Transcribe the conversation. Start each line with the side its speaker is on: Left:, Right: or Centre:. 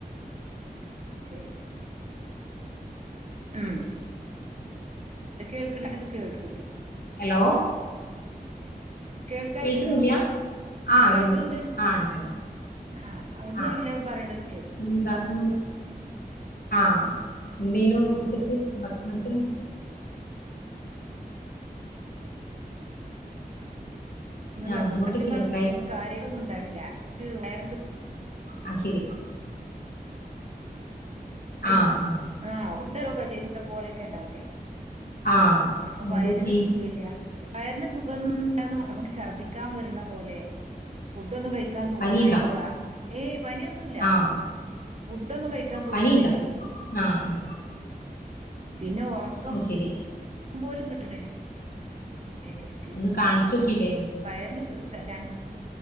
Right: ശരി ഉം ഇത് കേൾക്ക്ണ്ടനത് കേൾക്ക്ണ്ട്
Left: ഹലോ
Right: കേൾക്കാനില്ലല്ലോ
Left: കേൾക്കുന്നില്ല ആഹ്
Right: കേൾക്ക്ണ്ട്
Left: ഉണ്ട് ആഹ് ഉണ്ട് ഉണ്ട്
Right: അ ആ അവ്ട്ന്ന്
Left: ആഹ്
Right: വെല്ലോം പറയണത് കേൾക്ക്ണ്ട്
Left: പിന്നെന്താ ഇന്ന് ആഹ് എന്തേനൂന്ന് ഉച്ചക്ക് ഭക്ഷണത്തിന്
Right: ഇന്നല
Left: ആഹ് ഇങ്ങോട്ട്
Right: സത്യം
Left: കേൾക്കായി
Right: പറഞ്ഞ ഒന്നും കാര്യട്ടൊന്നു ഉണ്ടായില്ല എനിക്ക് വയർന്
Left: ആഹ് ശെരി
Right: ഫുഡ്
Left: ആഹ്
Right: ആഹ് ഫുഡ് കശെരിത്ത പോലെക്കെ ഇണ്ടാവുല്ലേ
Left: ആഹ്
Right: ഇപ്പ
Left: എന്ത്
Right: വയറിനൊരു
Left: പറ്റി
Right: സുഖല്ല്യ വയർന് സുഖംല്ലാന്ന് മറന്നു ഛർദ്ദിക്കാം വെര്ണ പോലെ ഫുഡോന്നും കഴിക്കാൻ തോന്നായ്ക
Left: പനിയുണ്ടോ
Right: ഏയ് പനിയൊന്ന്- ന്നുല്ല
Left: ആഹ്
Right: ഫുഡൊന്നും കഴിക്കാൻ തോന്നണില്ല
Left: പനിയുണ്ടോ ആഹ്
Right: പിന്നെ ഒറക്കം
Left: അത് ശരി
Right: അത് പോലും കിട്ടണില്ലിയ ല്ലേ ശെരിക്ക് <unintelligible>
Left: ഒന്ന് കാണിച്ചു നോക്കിയില്ലേ
Right: വയറിന് രണ്ട്